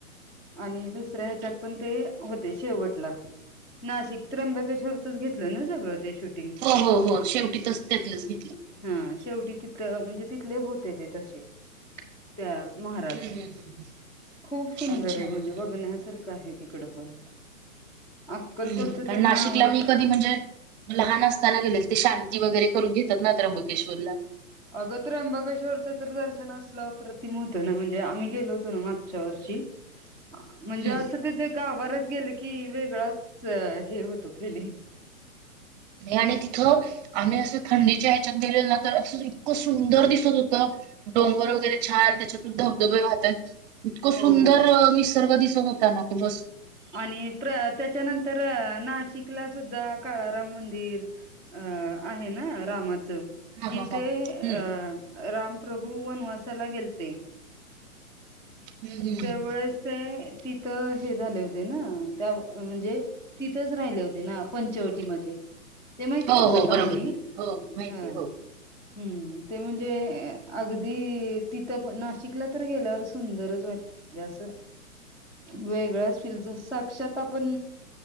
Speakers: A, in the centre; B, on the right.
A: आणि दुसऱ्या ह्याच्यात पण ते होते शेवटला. नाशिक, त्र्यंबकेश्वरच घेतलं ना सगळं ते शूटिंग.
B: हो हो हो, शेवटी तस् त्यातलंच घेतलं.
A: हा, शेवटी तितक म्हणजे तिथले होते ते तसे. त्या महाराज,
B: हम्म हम्म हम्म हम्म.
A: खूप सुंदर
B: अच्छा.
A: आहे म्हणजे
B: हं.
A: बघण्यासारख क आहे तिकडं पण, अक्कलकोटच
B: हम्म. कारण
A: तर नावच
B: नाशिकला मी कधी म्हणजे लहान असताना गेलेल, ते शांती वगैरे करून घेतात ना त्र्यंबकेश्वरला.
A: अगं त्र्यंबकेश्वरच तर दर्शन असलं अप्रतिम होतय ना म्हणजे आम्ही गेलो होतो ना मागच्या वर्षी. म्हणजे
B: हम्म.
A: असं तिथे गाभाऱ्यात गेलं की वेगळाच हे होतो फिलिंग.
B: आणि तिथं आम्ही असं थंडीच्या ह्याच्यात गेलेलो ना तर असं इतकं सुंदर दिसत होतं. डोंगर वगैरे छान, त्याच्यातून धबधबे वाहतात. इतकं
A: हो
B: सुंदर निसर्ग दिसत होता ना की बस.
A: आणि प्र त्याच्यानंतर नाशिकला सुद्धा काळाराम मंदिर अ आहे ना रामाचं?
B: हा
A: जिथे
B: हा हा.
A: अ
B: हम्म.
A: रामप्रभू वनवासाला गेलते.
B: हम्म हम्म हम्म.
A: त्या वळेस ते तिथं हे झाले होते ना त्या म्हणजे तिथंच राहिले होते ना पंचवटीमध्ये. ते माहितीये
B: हो
A: ना तुला
B: हो
A: कहाणी?
B: बरोबर बरोबर हो हो माहिती
A: हा.
B: आहे, हो
A: हम्म ते म्हणजे अगदी तिथं प नाशिकला तर गेल्यावर सुंदरच वाटत. असं वेगळंच फील जस साक्षात आपण